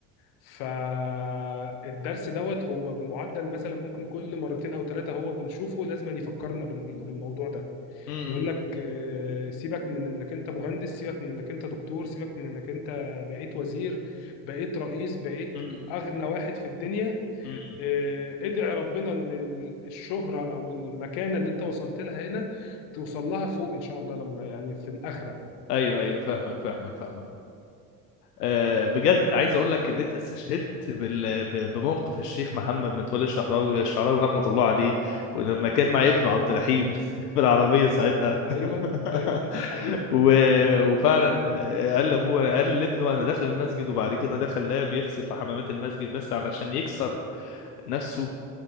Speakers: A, on the left; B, on the left.
A: فالدرس دوت هو بمعدل مثلا ممكن كل مرتين او ثلاثه هو بنشوفه لازم يفكرنا بال- بالموضوع ده
B: امم
A: يقول لك آه، سيبك من انك انت مهندس سيبك من انك انت دكتور سيبك من انك انت بقيت وزير بقيت رئيس بقيت
B: امم
A: اغنى واحد في الدنيا
B: أمم.
A: آه، ادعي ربنا ان ال- الشهره او المكانه اللي انت وصلت لها هنا توصل لها فوق ان شاء الله لما يعني في الاخره
B: ايوه ايوه فاهمك فاهمك فاهمك آه، بجد عايز اقول لك ان انت استشهدت بال- ب- بموقف الشيخ محمد متولي الشعراوي الشعراوي رحمه الله عليه ولما كان مع ابنه عبد الرحيم <laughs> في العربيه ساعتها
A: اه
B: <laughs>
A: ايوه ايوه حقيقي
B: و- وفعلا
A: حقيقي
B: آه، قال لابوه قال لابنه انا داخل المسجد وبعد كده دخل لا بيغسل في حمامات المسجد بس علشان يكسر نفسه